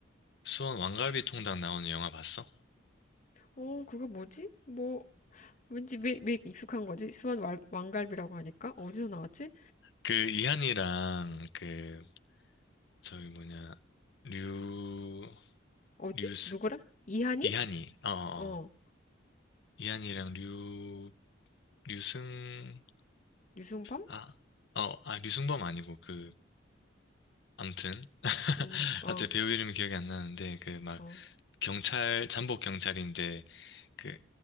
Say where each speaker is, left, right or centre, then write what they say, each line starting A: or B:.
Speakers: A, on the left; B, on the left.
A: 수원 왕갈비 통닭 나오는 영화 봤어?
B: 어, 그거 뭐지? 뭐, 왠지 왜, 왜 익숙한 거지? 수원 왈- 왕갈비라고 하니까? 어디서 나왔지?
A: 그 이한이랑 그 저기 뭐냐, 류,
B: 어디?
A: 류스,
B: 누구라? 이한이?
A: 이한이, 어, 어,
B: 어,
A: 어. 이한이랑 류, 류승,
B: 유승범?
A: 아, 어, 아, 류승범 아니고 그, 암튼. <laughs>
B: 음, 어,
A: 아자 배우 이름이 기억이 안 나는데 그 막
B: 어.
A: 경찰, 잠복 경찰인데 그